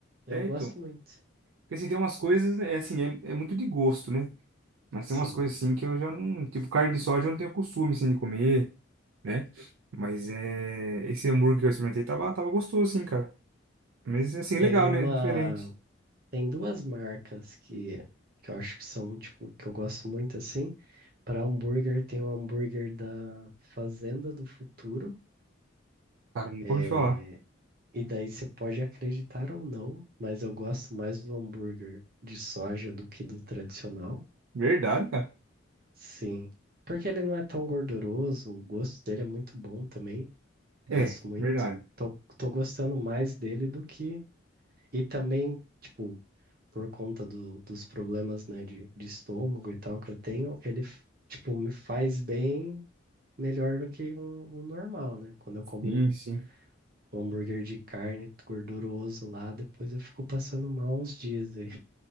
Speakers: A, on the right; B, on the right.
A: Eu
B: É,
A: gosto
B: então.
A: muito.
B: Porque assim, tem umas coisas, é assim, é, é muito de gosto, né? Mas
A: Sim.
B: tem umas coisas assim que eu já não. Tipo, carne de soja eu não tenho costume assim de comer, né? Mas é. Esse hambúrguer que eu experimentei tava, tava gostoso, assim, cara. Mas assim,
A: Tem
B: legal,
A: uma.
B: né? Diferente.
A: Tem duas marcas que, que eu acho que são, tipo, que eu gosto muito assim. Para hambúrguer, tem o hambúrguer da Fazenda do Futuro.
B: Cara, nunca
A: É,
B: ouvi falar.
A: e daí você pode acreditar ou não, mas eu gosto mais do hambúrguer de soja do que do tradicional.
B: Verdade, cara.
A: Sim. Porque ele não é tão gorduroso, o gosto dele é muito bom também.
B: É,
A: Gosto muito.
B: verdade.
A: Tô, tô gostando mais dele do que E também, tipo, por conta do- dos problemas, né, de, de estômago e tal que eu tenho, ele, f- tipo, me faz bem melhor do que um, um normal, né? Quando eu como
B: Sim, sim.
A: um um hambúrguer de carne gorduroso lá, depois eu fico passando mal uns dias aí.